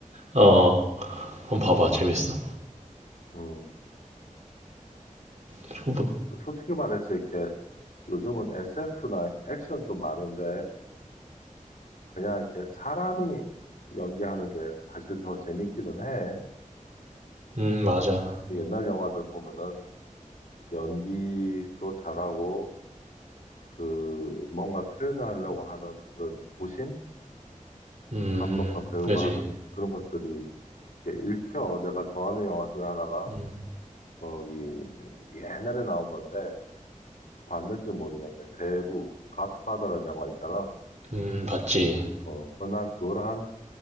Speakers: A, on the right; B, on the left.
A: 아, 어. 한번 봐봐. 재밌어.
B: 음,
A: 그리고 뭐,
B: 솔직히 말해서 이렇게 요즘은 SF나 액션도 많은데 그냥 이렇게 사람이 연기하는 게 사실 더 재밌기는 해.
A: 음, 맞아.
B: 그 옛날 영화들 보면은 연기도 잘하고 그 뭔가 표현을 하려고 하는 그런 고심?
A: 음,
B: 감독과 배우가
A: 그지.
B: 하는 그런 것들이 이렇게 읽혀. 내가 좋아하는 영화 중에 하나가
A: 음,
B: 거기 옛날에 나온 건데 봤는지 모르겠네. 대부 갓파더라는 영화 있잖아.
A: 음, 봤지.
B: 어, 그난 그걸 한